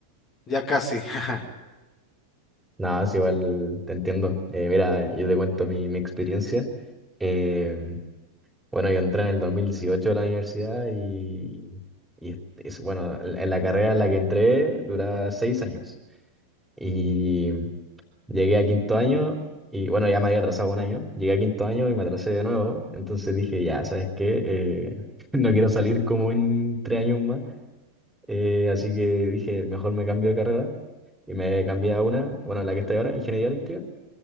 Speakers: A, on the left (about 25°); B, in the centre.
A: ya casi. <laughs>
B: Nada, es igual, te entiendo. Eh, mira, yo te cuento mi, mi experiencia. Eh, bueno, yo entré en el 2018 a la universidad y, y es, es- bueno, en la carrera en la que entré dura seis años. Y llegué a quinto año y, bueno, ya me había atrasado un año. Llegué a quinto año y me atrasé de nuevo. Entonces dije, ya, ¿sabes qué? Eh, <laughs> no quiero salir como en tres años más. Eh, así que dije, mejor me cambio de carrera. Y me cambié a una, bueno, la que estoy ahora, ingeniería eléctrica.